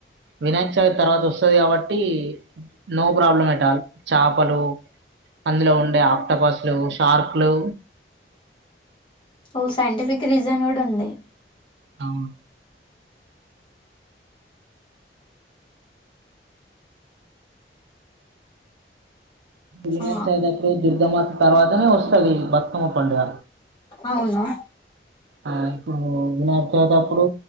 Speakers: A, on the right; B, on the left.
A: వినాయక్ చవితి తర్వాత వస్తుది కాబట్టి నో ప్రాబ్లం ఎట్ అల్ చాపలు, అందులో ఉండే ఆక్టపాస్లు జెడ్ షార్క్లు
B: ఓ సై <unintelligible> క్రిజన్గుడా ఉంది
A: అవును వినాయక
B: ఆ
A: చదత్రోజు దుర్గమాత తర్వాతనే వస్తది బతుకమ్మ పండుగ
B: అవున
A: ఆ ఇప్పుడు వినాయకచవితప్పుడు